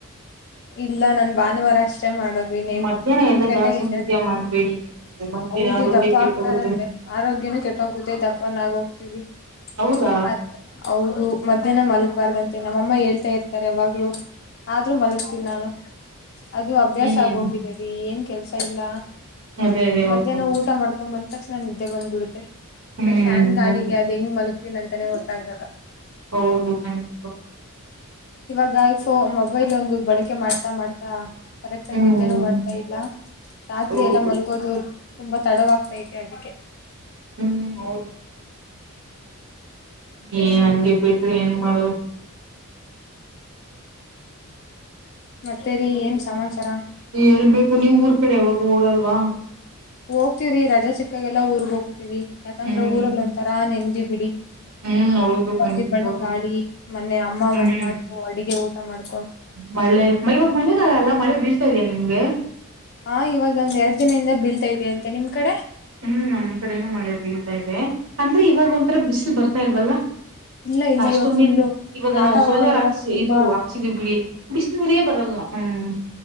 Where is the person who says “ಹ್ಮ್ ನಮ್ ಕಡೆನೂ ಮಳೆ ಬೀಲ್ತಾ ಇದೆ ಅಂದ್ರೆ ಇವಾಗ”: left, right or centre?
Right